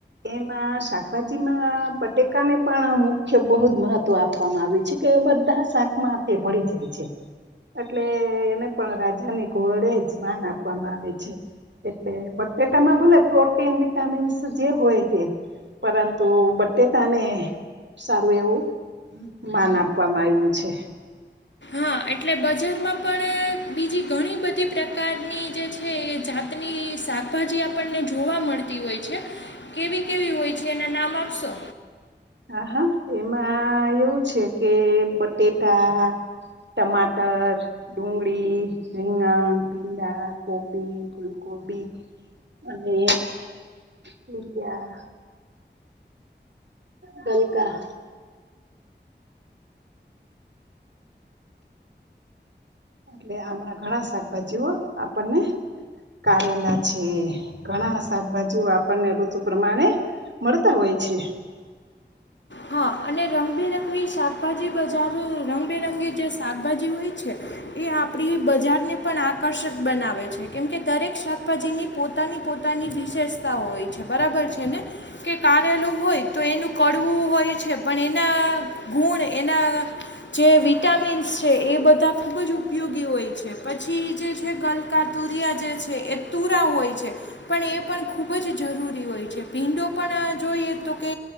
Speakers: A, on the right (about 75°); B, on the left (about 75°).
A: એમાં શાકભાજીમાં બટેકાને પણ મુખ્ય બહુ જ મહત્વ આપવામાં આવે છે કે બધા શાકમાં તે ભળી જાય છે, એટલે એને પણ રાજાની ઘડે જ માન આપવામાં આવે છે, એટલે બટેટામાં ભલે પ્રોટીન વિટામીન્સ જે હોય તે પરંતુ બટેટાને સારું એવું માન આપવામાં આવ્યું છે
B: હા, એટલે બજારમાં પણ બીજી ઘણી બધી પ્રકારની જે છે એ જાતની શાકભાજી આપણને જોવા મળતી હોય છે, કેવી કેવી હોય છે, એના નામ આપશો
A: હા હા એમાં એવું છે કે બટેટા ટમાટર ડુંગળી રીંગણ ભીંડા કોબી ફૂલકોબી અને યુરિયા ગલકા એટલે આમાં ઘણા શાકભાજીઓ આપણને કાઢેલા છે ઘણા શાકભાજીઓ આપણને ઋતુ પ્રમાણે મળતા હોય છે
B: હા અને રંગબેરંગી શાકભાજી બજાર રંગબેરંગી જે શાકભાજી હોય છે એ આપણી બજારને પણ આકર્ષક બનાવે છે કેમકે દરેક શાકભાજીની પોતાની પોતાની વિશેષતાઓ હોય છે બરાબર છે ને કે કાારેલું હોય તો એનું કડવું હોય છે પણ એના ગુણ એના જે વિટામિન્સ છે એ બધા ખૂબ જ ઉપયોગી હોય છે પછી જે છે ગલકા તુરિયા જે છે એ તુરા હોય છે પણ એ પણ ખૂબ જ જરૂરી હોય છે ભીંડો પણ જોઈએ તો કે